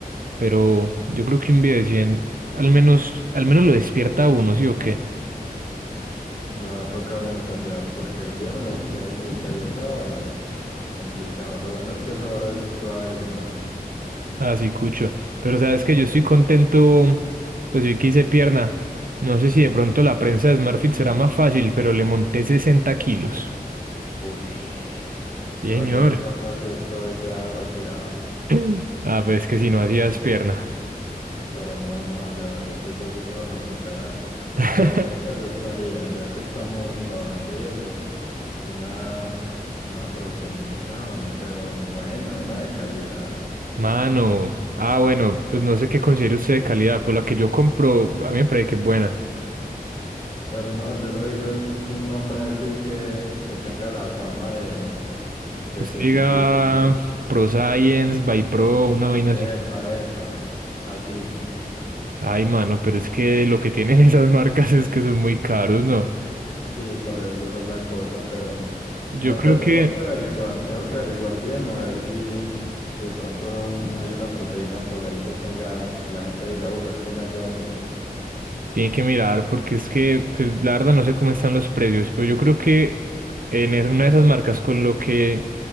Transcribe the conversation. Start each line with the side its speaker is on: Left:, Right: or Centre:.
Right: Pero yo creo que un video de 100, al menos, al menos lo despierta a uno, ¿sí o qué?
Left: Me va a tocar ensayar porque el viernes piernita y esa hora, complicado. Lo bueno es que esa hora es suave el gimnasio.
Right: Así, cucho. Pero sabes que yo estoy contento, pues vi que hice pierna. No sé si de pronto la prensa de SmartFit será más fácil, pero le monté 60 kilos.
Left: Ush.
Right: Sí, señor.
Left: No, yo en piernas
Right: <clears throat>
Left: sí estoy ya retirado,
Right: <laughs> Ah, pues es que si no hacías pierna.
Left: pero no, no, ya, ya estoy volviendo a recuperar.
Right: <laughs>
Left: ¿Sabes qué me gustaría? Ya que estamos trabajando y eso, una, una proteínita, hombre, pero buena, una de calidad.
Right: Mano, ah, bueno, pues no sé qué considere usted de calidad, pues la que yo compro, a mí me parece que es buena.
Left: Pero no, yo lo digo, es un nombre así que, que tenga la fama de, de
Right: Que usted
Left: que
Right: diga
Left: sí sirve.
Right: Pro Science, By Pro, una vaina así.
Left: Epa, epa, así,
Right: Ay, mano, pero es que lo que tienen <laughs> esas marcas es que son muy caros, ¿no?
Left: sí, por eso esa es la cosa, pero
Right: Yo
Left: no
Right: creo
Left: sé, tengo
Right: que
Left: que averiguar, tengo que averiguar bien a ver si, si de pronto un- hay una proteína por ahí que tenga, que la gente diga, uff, esto me ayuda mucho.
Right: tienen que mirar, porque es que, pues la verdad no sé cómo están los precios, pero yo creo que en es- una de esas marcas con lo que